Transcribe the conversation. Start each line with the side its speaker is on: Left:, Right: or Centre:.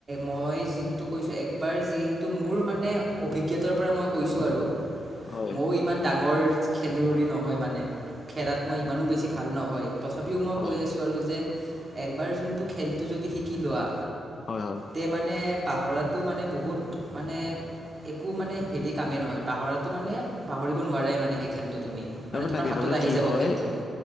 Right: মই য কৈছো একবাৰ যিহেতু মোৰ মানে অভিজ্ঞতাৰ পৰা মই কৈছো আৰু
Left: হয়
Right: মইও ইমান ডাঙৰ খেলুৱৈৰি নহয় মানে খেলাত মই ইমানো বেছি ভাল নহয় তথাপিও মই
Left: হয়
Right: কৈ আছোঁ আৰু যে একবাৰ যোনটো খেলটো যদি শিকি লোৱা
Left: হয় হয়
Right: তে মানে পাহৰাটো মানে বহুত মানে একো মানে হেৰি কামেই নহয় পাহৰাটো মানে পাহ কৰিব নোৱাৰাই মানে সেই খেলটো তুমি
Left: তাৰমানে
Right: মানে তোমাৰ
Left: তাকে
Right: হাতত
Left: তাৰমানে
Right: আহি
Left: কি
Right: যাব
Left: হয়
Right: খেলটো